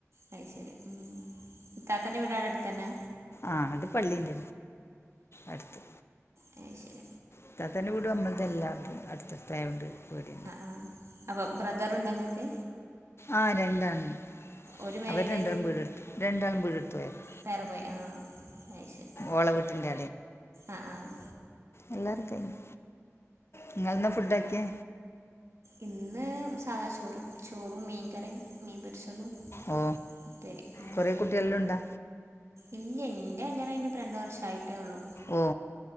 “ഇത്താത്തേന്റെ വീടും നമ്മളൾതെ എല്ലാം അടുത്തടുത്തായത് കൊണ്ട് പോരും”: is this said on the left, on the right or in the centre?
Left